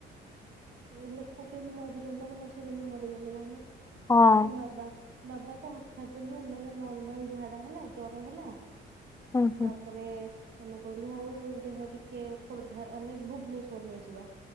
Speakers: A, on the right (about 60°); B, on the left (about 15°).
A: ସେଇ ଲୋକ କେମିତି ମରୁଚନ୍ତି ତମ ଶାଶୁ କେମିତି ମରିଗଲେ କହୁନ। <unintelligible>
B: ହଁ
A: ବାବା ତ ହଠାତ୍ ନୁହଁ ମାନେ ନର୍ମାଲ ଝାଡା ହେଲା ଜର ହେଲା
B: ହୁଁ ହୁଁ
A: ତା ପରେ ଆମେ କହିଲୁ ହଉ ଦେହ ଟିକେ ଖୋର୍ଦ୍ଧା ଆମେ ଭୁବନେଶ୍ଵର ନେଇଯିବା।